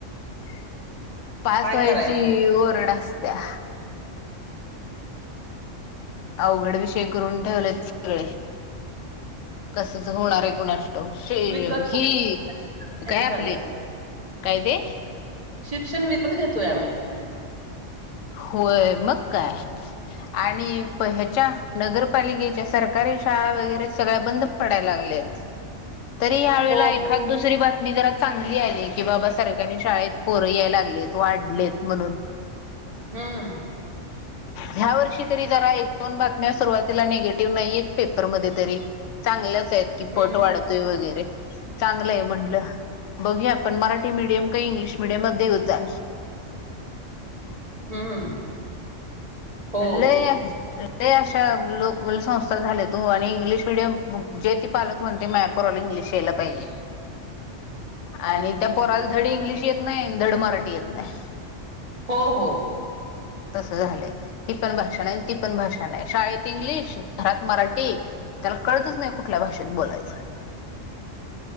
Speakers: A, on the left; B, on the right.
A: <inaudible> पास व्हायची
B: करायचं
A: ओरड अस त्या अवघड विषय करून ठेवलेत सगळे कसच होणार आहे गुणा े
B: विकत घ्यायचं
A: ही काय
B: चाललंय
A: आपले काय ते
B: शिक्षण विकत घेतोय आम्ही
A: होय मग काय आणि ह्याच्या नगरपालिकेच्या सरकारी शाळा वगैरे सगळ्या बंद पडायला लागल्या आहेत तरी या्या वेळेला
B: हो
A: एखाद
B: हो
A: दुसरी बातमी मी जरा चांगली आले की बाबा सरकारी शाळेत पर याय लागलेत वाढलेत म्हणून
B: हां
A: ह्या वर्षी तरी जरा एक दो बातम्या सुरवातीला निगेटिव्ह नाहीयेत पेपरमध्ये तरी चांगल्याच की
B: हम्म
A: पट वाढतोय वगैरे ते चांगलं आहे म्हटलं बघू आपण मराठी मिडियम का इंग्लिश मडिया मध्ये यद् जा
B: हम्म हो
A: लागायचे ते अशा लोक संस्था झाल्या तू आणि इंग्लिश मिीडियम जे ते पालक म्हणते मयपोरला इंग्लिश यायला पाहिजे आणि
B: आमच्या
A: त्या
B: मराठी
A: पोराला धड इंग्लिश येत नाही धड मराठी येत नाही वी
B: हो हो
A: तस झालंय ह पण बर ती पण भाष आहे शाेत इंगलिश भरात मराठी त्याला कळतच नाही कुठल्या भाषेत बोलायचं